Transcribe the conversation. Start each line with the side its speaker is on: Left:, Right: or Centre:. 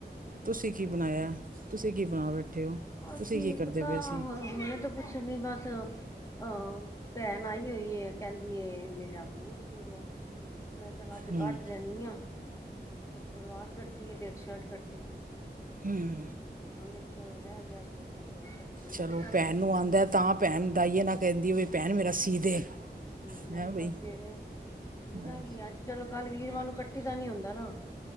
Right: ਤੁਸੀਂ ਕੀ ਬਣਾਇਆ ਤੁਸੀਂ ਕੀ ਬਣਾ ਬੈਠੇ ਹੋ
Left: ਅਸੀਂ
Right: ਤੁਸੀਂ ਕੀ ਕਰਦੇ
Left: ਪਤਾ
Right: ਪਏ ਸੀ?
Left: ਹੁਣੇ ਤਾਂ ਕੁਛ ਨੀ ਬਸ ਹਹ ਭੈਣ ਆਈ ਹੋਈ ਕਹਿੰਦੀ ਮੇਰਾ ਸੂਟ ਸੀ ਦੋ ਮੈਂ ਕਿਹਾ ਚਲ ਅੱਜ
Right: ਹੂੰ,
Left: ਘੱਟ ਦਿੰਦੀ ਹਾ ਇੱਕ ਸਲਵਾਰ ਕੱਟੀ ਹੈ ਤੇ ਇੱਕ ਸ਼ਰਟ ਕੱਟੀ ਹੈ
Right: ਹਮ
Left: ਇੱਕ ਰਹਿ ਗਿਆ ਸੂਟ ਇੱਕ। ਹੋਰ ਕੱਟਣਾ ਮੈਂ
Right: ਚਲੋ
Left: ਕਿਹਾ ਚੱਲ
Right: ਪੈਣ ਨੂੰ ਆਂਦਾ ਤਾਂ ਪੈਣ
Left: ਹਾਂ
Right: ਦਾਈਏ ਨਾਲ ਕਹਿੰਦੀ ਏ ਬਈ ਪੈਣ ਮੇਰਾ ਸੀ ਦੇ
Left: ਹਮ ਮੈਂ
Right: ਹੈਂ
Left: ਕਿਹਾ
Right: ਬਈ
Left: ਚਲ ਸਵੇਰੇ ਸੀ
Right: ਹਾਂ
Left: ਦਾਂਗੀ ਅੱਜ ਕਲ। ਕੱਲ ਵੀਰਵਾਰ ਨੂੰ ਕੱਟੀ ਦਾ ਨੀ ਹੁੰਦਾ ਨਾ।